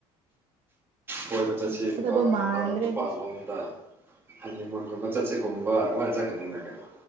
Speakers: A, on the right; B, on the right.
A: ꯀꯣꯏꯕ
B: ꯐꯪꯒꯗꯕ
A: ꯆꯠꯁꯦ ꯅꯨꯡꯗꯥꯡꯒꯨꯝꯕ
B: ꯃꯥꯟꯗ꯭ꯔꯦ
A: ꯃꯄꯥꯟꯂꯣꯝꯗ
B: ꯑꯗꯨꯁꯨ
A: ꯍꯟꯅꯤꯃꯣꯟꯒꯨꯝꯕ ꯆꯠꯁꯦꯠꯀꯨꯝꯕ ꯑꯗꯨꯃꯥꯏ ꯆꯠꯀꯅꯤꯅ ꯀꯩꯅꯣ꯫